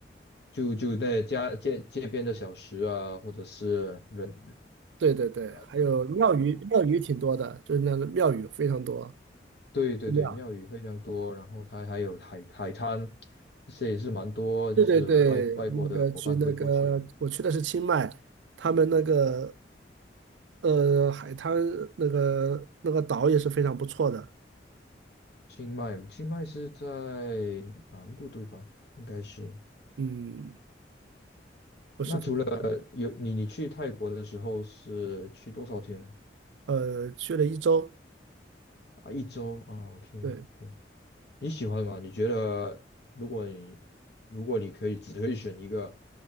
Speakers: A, on the left; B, on the right.
A: 就就在家街街边的小食啊，或者是人，
B: 对对对，
A: 呃
B: 还有庙宇，庙宇挺多的，就是那个庙宇非常多，
A: 对对对，
B: 寺庙，
A: 庙宇非常多，然后它还有海海滩，这些也是蛮多，就是外外国的伙伴会过去的。
B: 对对对，那个去那个我去的是清迈，他们那个呃海滩那个那个岛也是非常不错的，
A: 清迈，清迈是在南部对吧？应该是。
B: 嗯，不是非常，
A: 那除了有你，你去泰国的时候是去多少天
B: 呃，去了一周，
A: 啊？一周啊，OK，
B: 对，
A: 你喜欢吗？你觉得如果你如果你可以只可以选一个